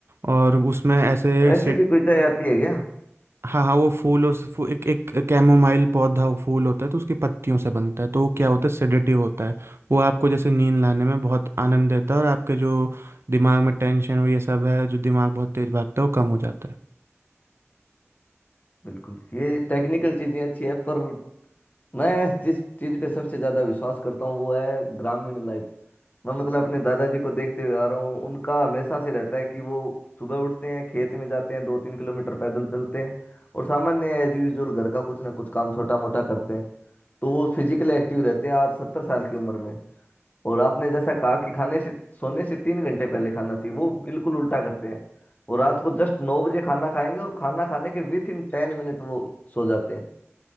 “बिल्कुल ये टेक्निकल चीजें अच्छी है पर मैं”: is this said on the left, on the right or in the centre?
Left